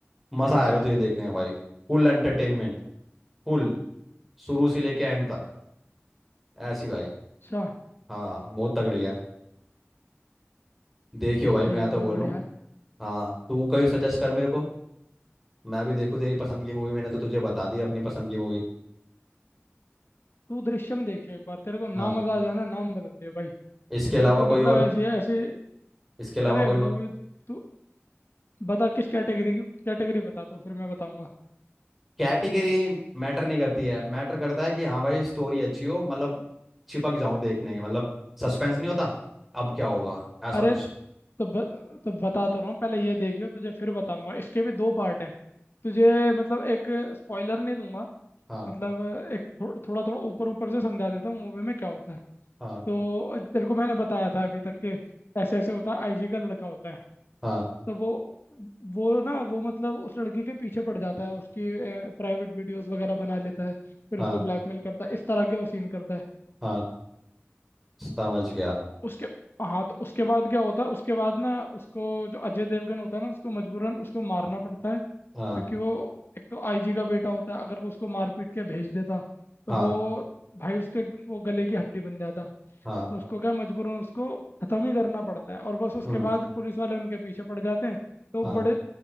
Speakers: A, in the centre; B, on the left.
A: मजा आएगा तुझे देखने में भाई फुल एंटरटेनमेंट फुल शुरू से लेके एंड तक ऐसी भाई
B: अच्छा
A: हाँ बहुत तगड़ी है देखियो भाई
B: सही
A: मैं
B: है
A: तो
B: भाई
A: बोलूँ
B: बढ़िया है
A: हाँ तू कभी सजेस्ट कर मेरे को मैं भी देखूँ तेरी पसंद की मूवी मैंने तो तुझे बता दी अपनी पसंद की मूवी
B: तू दृश्यम देखियो एक बार तेरे को
A: हाँ
B: ना मजा आ जाए ना नाम बता दे भाई
A: इसके अलावा
B: बिल्कुल
A: कोई
B: मतलब
A: और
B: ऐसी है ऐसी
A: इसके अलावा
B: अरे
A: कोई और
B: मूवी तू बता किस कैटेगरी की कैटेगरी बता तो फिर मैं बताऊंगा
A: कैटेगरी मैटर नहीं करती है मैटर करता है कि हाँ भाई स्टोरी अच्छी हो मतलब चिपक जाऊं देखने के मतलब सस्पेंस नहीं होता अब क्या होगा ऐसा
B: अरे
A: कुछ
B: तो तो, ब, तो बता तो रहा हूँ पहले ये देखियो तुझे फिर बताऊंगा इसके भी दो पार्ट हैं तुझे मतलब एक स्पॉइलर नहीं दूंगा
A: हाँ
B: मतलब एक थो, थोड़ा थोड़ा ऊपर ऊपर से समझा देता हूँ मूवी में क्या होता है
A: हाँ
B: तो तेरे को मैंने बताया था अभी तक कि ऐसे ऐसे होता है आईजी का लड़का होता है
A: हाँ
B: तो वो वो ना वो मतलब उस लड़की के पीछे पड़ जाता है उसकी प्राइवेट वीडियोस वगैरह बना लेता है फिर
A: हाँ
B: उसको ब्लैकमेल करता है इस तरह के वो सीन करता है
A: हाँ समझ गया
B: उसके हाँ तो उसके बाद क्या होता है उसके बाद ना उसको जो अजय देवगन होता है ना उसको मजबूरन उसको मारना पड़ता है
A: हाँ
B: क्योंकि वो एक तो आईजी का बेटा होता है अगर वो उसको मार पीट के भेज देता तो
A: हाँ
B: वो भाई उसके वो गले की हड्डी बन जाता
A: हाँ
B: तो उसको क्या मजबूरन उसको खत्म ही करना पड़ता है और बस उसके
A: हम्म
B: बाद पुलिस वाले उनके पीछे पड़ जाते हैं तो
A: हाँ
B: बड़े